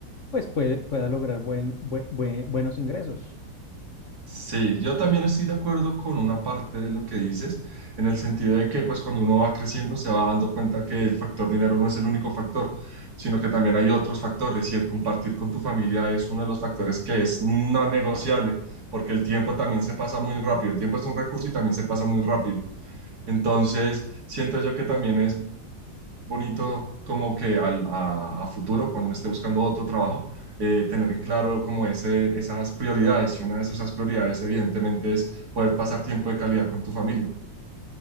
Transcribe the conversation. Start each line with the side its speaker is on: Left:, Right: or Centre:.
Left: pues puede- pueda lograr buen, bue- bue- buenos ingresos.
Right: sí, yo también estoy de acuerdo con una parte de lo que dices, en el sentido de que pues cuando uno va creciendo se va dando cuenta que el factor dinero no es el único factor, sino que también hay otros factores y el compartir con tu familia es uno de los factores que es no negociable, porque el tiempo también se pasa muy rápido, el tiempo es un recurso y también se pasa muy rápido. Entonces, siento yo que también es bonito como que al, a, a futuro, cuando uno esté buscando otro trabajo, eh, tener en claro como ese, esas prioridades. Y una de esas prioridades, evidentemente, es poder pasar tiempo de calidad con tu familia.